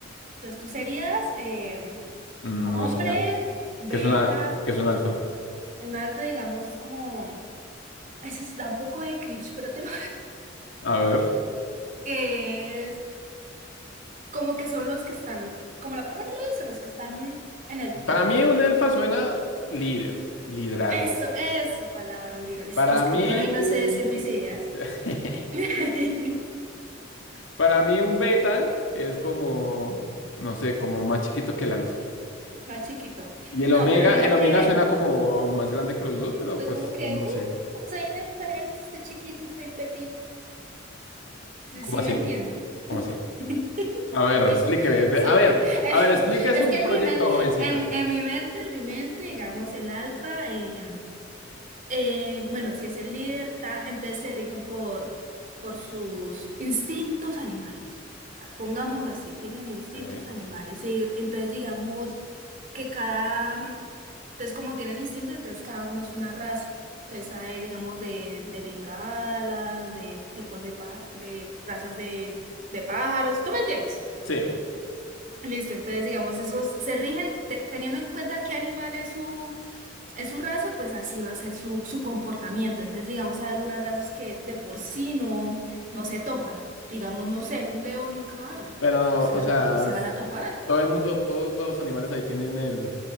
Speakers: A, on the right (about 45°); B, on the left (about 80°).
A: Entonces tú serías em,
B: Mm,
A: hombre,
B: No sé,
A: beta,
B: ¿qué es una, qué es un alfa?
A: en alfa digamos es como, ese es- da un poco de cringe, pero te lo...
B: A ver,
A: <laughs> que es como que son los que están, como la palabra lo dice, los que están en el
B: para
A: top.
B: mí un alfa suena líder, liderazgo.
A: Eso, eso, palabra, un libro. Es
B: Para
A: que escritora
B: mí,
A: y no
B: un...
A: sé decir mis ideas.
B: <laughs>
A: <laughs>
B: Para mí un beta es como, no sé, como más chiquito que el alfa.
A: Más chiquito.
B: Y
A: No,
B: el omega,
A: pero mira
B: el omega
A: que...
B: suena como más grande que los dos, pero
A: Soy
B: pues
A: como que,
B: no, no
A: "Mm,
B: sé.
A: soy indefensa, de chiquito, soy petit. Sí,
B: ¿Cómo
A: sí
B: así?
A: me entiendes.
B: ¿Cómo así?
A: <laughs>
B: A ver,
A: Como que
B: explíqueme.
A: co-
B: espe-
A: soy
B: A ver,
A: pit- <laughs>
B: a ver, explique
A: es
B: su
A: que en
B: proyecto,
A: mi mente,
B: jovencita.
A: en, en mi mente, en mi mente, digamos, el alfa. em, eh, bueno, si es el líder, ta, entonces se rigen por, por sus instintos animales. Ah, Pongámoslo así, tienen instintos
B: Sí.
A: animales. Y entonces digamos que cada, mm, entonces como tienen instinto, entonces cada uno es una raza. Entonces hay, digamos, de, de bengalas, de tipos de, pa- de razas de, de pájaros, ¿tú me entiendes?
B: Sí,
A: Listo, entonces digamos, esos se rigen te- teniendo en cuenta qué animal es es su raza, pues así va a ser su, su comportamiento. Entonces, digamos, hay algunas razas que de por sí no, no se topan. Digamos, no sé, un león y un caballo.
B: pero,
A: O sea,
B: o sea,
A: no se
B: s-
A: van a topar.
B: todo el mundo, todos los animales ahí tienen el,